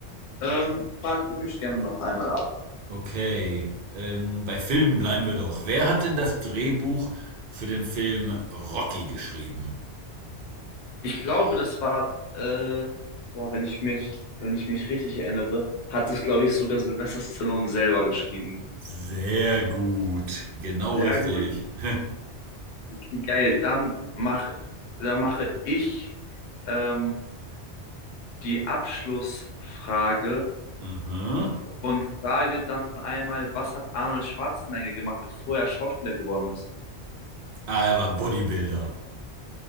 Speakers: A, on the left; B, on the right.
A: Ähm, frag du mich gerne noch einmal ab.
B: Okay, ähm, bei Filmen bleiben wir doch. Wer hat denn das Drehbuch für den Film Rocky geschrieben?
A: Ich glaube, das war, äh, boah, wenn ich mich, wenn ich mich richtig erinnere, hat es, glaube ich, sogar Sylvester Stallone selber geschrieben.
B: Sehr gut, genau
A: Sehr
B: richtig.
A: gut,
B: <laughs>
A: okay, geil. Dann mach, dann mache ich ähm, die Abschlussfrage
B: Aha.
A: und frage dann einmal, was hat Arnold Schwarzenegger gemacht, bevor er Schauspieler geworden ist?
B: Ah, er war Bodybuilder